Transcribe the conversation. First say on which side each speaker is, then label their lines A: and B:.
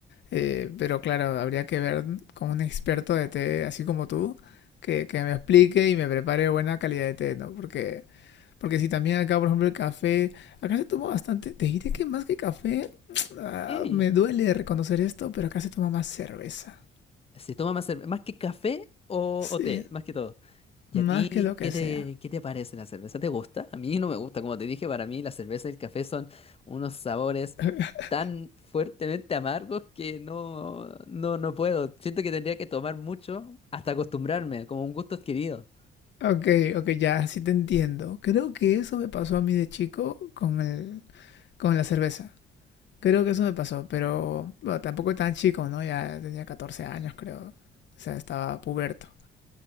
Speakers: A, on the left (about 65°); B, on the left (about 30°).
A: Eh, pero claro, habría que ver con un experto de té, así como tú, que, que me explique y me prepare buena calidad de té, ¿no? Porque Porque si también acá, por ejemplo, el café, acá se toma bastante, te diré que más que café, <tsk> ah,
B: Y
A: me duele reconocer esto, pero acá se toma más cerveza.
B: se toma más, cerve- más que café o,
A: Sí,
B: o té, más que todo. ¿Y
A: más
B: a ti
A: que lo que
B: qué
A: sea.
B: te, qué te parece la cerveza? ¿Te gusta? A mí no me gusta. Como te dije, para mí la cerveza y el café son unos sabores
A: <laughs>
B: tan fuertemente amargos que no, no, no puedo. Siento que tendría que tomar mucho hasta acostumbrarme, como un gusto adquirido.
A: Ok, ok, ya, sí te entiendo. Creo que eso me pasó a mí de chico con el, con la cerveza. Creo que eso me pasó, pero bueno, tampoco tan chico, ¿no? Ya tenía 14 años, creo. O sea, estaba puberto.